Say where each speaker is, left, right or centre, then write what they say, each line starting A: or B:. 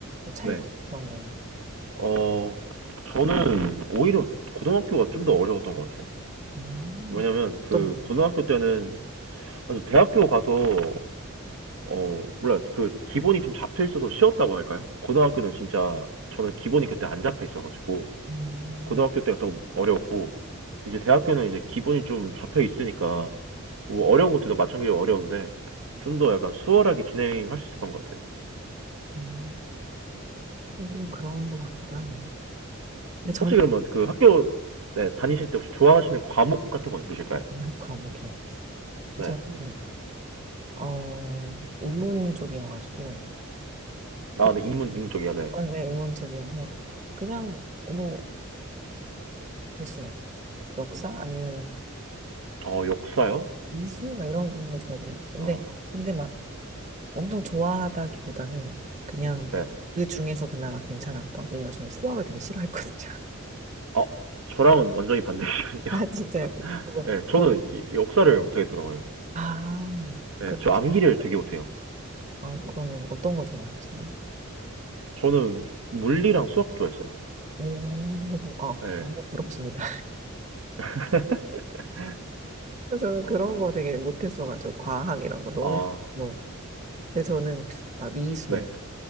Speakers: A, on the right; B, on the right.
A: 차이
B: 네.
A: 그런 거.
B: 어, 저는 오히려 고등학교가 좀 더 어려웠던 것 같아요.
A: 음.
B: 왜냐면
A: 어떤
B: 그
A: 부분?
B: 고등학교 때는 아주 대학교 가서 어, 몰라요. 그 기본이 좀 잡혀 있어서 쉬웠다고 할까요? 고등학교는 진짜 저는 기본이 그때 안 잡혀 있어가지고
A: 음,
B: 고등학교 때가 더 어려웠고 이제 대학교는 이제 기본이 좀 잡혀 있으니까 뭐 어려운 것들도 마찬가지로 어려운데 좀 더 약간 수월하게 진행할 수 있었던 것 같아요.
A: 음. 하긴 좀 그런 거 같기도 하네요. 근데 저는
B: 혹시 그러면 그
A: 안
B: 학교 네, 다니실 때 혹시 좋아하시는 과목 같은 거 있으실까요?
A: 는 과목이에요.
B: 네.
A: 저는 어 인문 쪽이어가지고 그래
B: 아, 네, 인문, 인문 쪽이요, 네.
A: 어, 네, 인문 쪽이어서 그냥 뭐 했어요. 네. 역사 아니면
B: 어, 역사요?
A: 미술 막 이런 게 좋았던 것 같아요.
B: 아,
A: 근데 근데 막 엄청 좋아하다기보다는 그냥
B: 네.
A: 그 중에서 그나마 괜찮았던. 왜냐면 저는 수학을 되게 싫어했거든요.
B: 아 저랑은 완전히 반대시거든요.
A: <laughs>
B: <laughs>
A: 아 진짜 뭐,
B: 네, 저는
A: 뭐,
B: 이- 역사를 못하겠더라고요.
A: 아
B: 네,
A: 그럼
B: 저 암기를
A: 수학이요.
B: 되게 못해요.
A: 아, 그러면 어떤 거 좋아하세요?
B: 저는 물리랑 수학 좋아했어요.
A: 오, 아,
B: 네.
A: 너무 부럽습니다.
B: <laughs>
A: 저는
B: 어,
A: 그런 거 되게 못했어가지고 과학 이런 거 너무
B: 아,
A: 뭐 근데 저는 막 미술
B: 네.